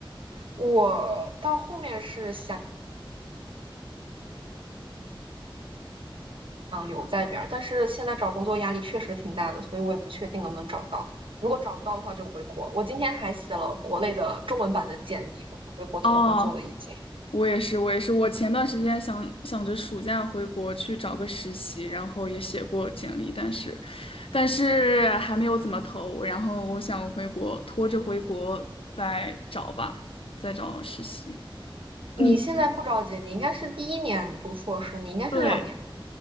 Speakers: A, on the right (about 70°); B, on the left (about 85°).
A: 我到后面是想留在这边儿，但是现在找工作压力确实挺大的，所以我也不确定能不能找到。如果找不到的话，就回国。我今天还写了国内的中文版的简历，准备回国投工作了已经。
B: 哦，我也是，我也是。我前段时间想想着暑假回国去找个实习，然后也写过简历，但是，但是还没有怎么投。然后我想回国，拖着回国再找吧，再找实习。你
A: 你现在不着急，你应该是第一年读硕士，你应该是两年，
B: 对，